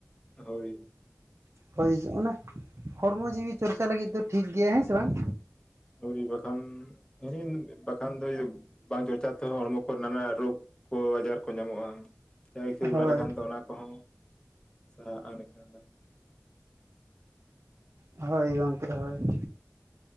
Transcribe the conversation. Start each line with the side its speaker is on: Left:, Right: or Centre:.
Left: ᱦᱳᱭ ᱾
Right: ᱦᱳᱭ ᱚᱱᱟ ᱦᱚᱲᱢᱚ ᱡᱤᱣᱤ ᱪᱚᱨᱪᱟ ᱞᱟᱹᱜᱤᱫ ᱫᱚ ᱴᱷᱤᱠ ᱜᱮᱭᱟ ᱦᱮᱸ ᱥᱮ ᱵᱟᱝ?
Left: ᱦᱳᱭ ᱵᱟᱠᱷᱟᱱ <unintelligible> ᱵᱟᱠᱷᱟᱱ ᱫᱚ ᱤᱭᱟᱹ ᱵᱟᱝ ᱪᱚᱨᱪᱟ ᱛᱮᱦᱚᱸ ᱦᱚᱲᱢᱚ ᱠᱚ ᱨᱮᱱᱟᱜ ᱱᱟᱱᱟ ᱨᱳᱜᱽ ᱠᱚ ᱟᱡᱟᱨ ᱠᱚ ᱧᱟᱢᱚᱜ-ᱟ ᱾ ᱡᱟᱜᱮ ᱠᱷᱮᱞ
Right: ᱦᱳᱭ
Left: ᱵᱟᱲᱟ ᱞᱮᱠᱷᱟᱱ ᱫᱚ ᱚᱱᱟ ᱠᱚᱦᱚᱸ ᱥᱟᱦᱟ-ᱟ ᱮᱸᱰᱮ ᱠᱷᱟᱱ ᱫᱚ,
Right: ᱦᱳᱭ ᱜᱚᱝᱠᱮ ᱦᱳᱭ ᱾